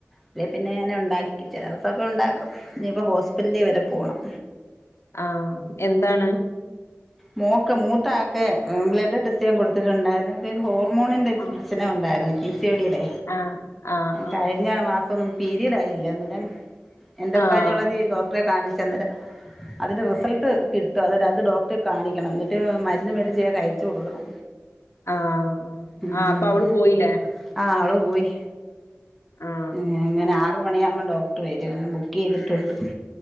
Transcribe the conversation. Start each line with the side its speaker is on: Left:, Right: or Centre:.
Centre: അല്ലെ പിന്നെങ്ങനെ ഉണ്ടാക്കി <unintelligible> അങ്ങനെ ഉണ്ടാക്കും. ഇനിയിപ്പോ ഹോസ്പിറ്റലിൽ വരെ പോണം.
Left: ആഹ എന്താണ്?
Centre: മോക്ക് മൂത്ത ആക്ക് ബ്ലഡ് ടെസ്റ്റ് ചെയ്യാൻ കൊടുത്തിട്ടുണ്ടായിരുന്നു. <unintelligible> ഹോമോണിന്റെ
Left: ആഹ്
Centre: പ്രശ്നം ഉണ്ടായിരുന്നു. സിയോടിടെ
Left: ആഹ് ആഹ് ആഹ്
Centre: കഴിഞ്ഞ മാസ പീരിയഡ് ആയില്ല അന്നേരം. എന്റോക്രനോളജി
Left: ആഹ്
Centre: ഡോക്ടറെ കാണിച്ചു. <unintelligible> അതിന്റെ റിസൾട്ട് കിട്ടും. അത് അത് ഡോക്ടറെ കാണിക്കണം. എന്നിട്ട് മരുന്ന് മേടിച്ച് അയച്ചു കൊടുക്കണം.
Left: ആഹ്
Centre: ഉം
Left: ആ അപ്പൊ അവള് പോയില്ലേ?
Centre: ആ അവൾ പോയി.
Left: ആഹ്
Centre: ഏങ്ങനെ ആറു മണിയാകുമ്പം ഡോക്ടർ വരും. അങ്ങനെ ബുക്ക് ചെയ്തിട്ടുണ്ട്.